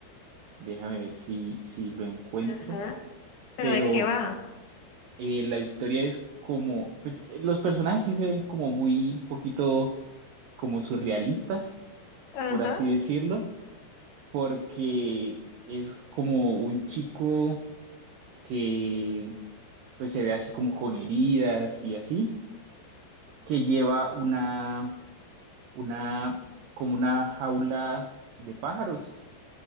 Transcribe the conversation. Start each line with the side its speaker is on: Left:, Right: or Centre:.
Right: Déjame ver si, si lo encuentro.
Left: Ajá. ¿Pero
Right: Pero
Left: de qué va?
Right: eh, la historia es como, pues eh, los personajes sí se ven como muy, un poquito como surrealistas,
Left: Ajá.
Right: por así decirlo, porque es como un chico que pues se ve así como con heridas y así, que lleva una, una, como una jaula de pájaros